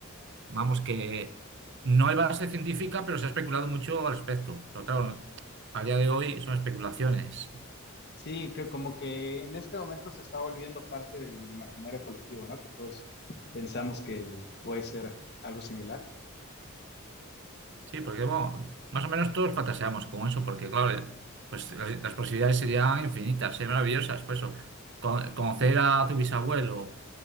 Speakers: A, on the right; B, on the left.
A: Vamos, que no hay base científica, pero se ha especulado mucho al respecto. Pero claro, a día de hoy son especulaciones.
B: Sí, que como que en este momento se está volviendo parte del imaginario colectivo, ¿no? Que todos pensamos que puede ser algo similar.
A: Sí, porque bueno, más o menos todos fantaseamos con eso, porque claro, pues las, las posibilidades serían infinitas, serían maravillosas. Por eso, Con- conocer a tu bisabuelo